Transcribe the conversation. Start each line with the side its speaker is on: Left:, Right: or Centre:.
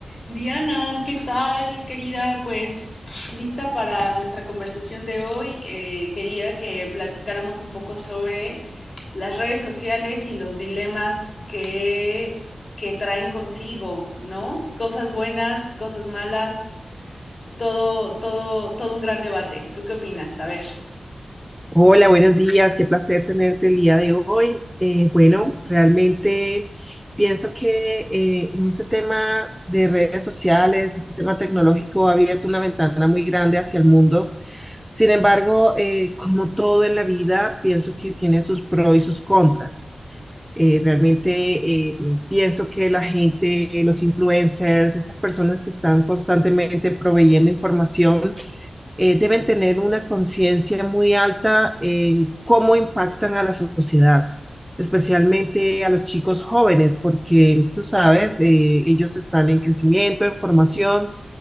Left: Diana, ¿qué tal, querida? Pues lista para nuestra conversación de hoy. Eh, quería que platicáramos un poco sobre las redes sociales y los dilemas que, que traen consigo, ¿no? Cosas buenas, cosas malas, todo, todo, todo un gran debate. ¿Tú qué opinas? A ver.
Centre: Hola, buenos días, qué placer tenerte el día de hoy. Eh, bueno, realmente pienso que eh, en este tema de redes sociales, este tema tecnológico ha abierto una ventana muy grande hacia el mundo. Sin embargo, eh, como todo en la vida, pienso que tiene sus pros y sus contras. Eh, realmente eh, pienso que la gente, los influencers, estas personas que están constantemente proveyendo información, eh, deben tener una conciencia muy alta en cómo impactan a la sociedad, especialmente a los chicos jóvenes, porque tú sabes, eh, ellos están en crecimiento, en formación